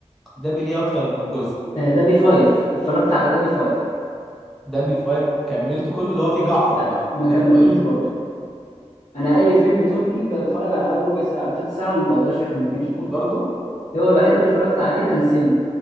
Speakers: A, in the centre; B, on the left.
A: دابي ليه اكتر من جزء
B: آه، دبي فايف اتفرجت على دبي فايف
A: دابي فايف كملته كله اللي هو فيه جعفر
B: لا
A: ده
B: ما كملتوش
A: دابي فايف
B: برضه انا اي فيلم تركي بتفرج على اول ربع ساعه او تلت ساعه ما بقدرش اكمله <laughs>
A: برضه
B: هو الوحيد اللي اتفرجت عليه كان سيمو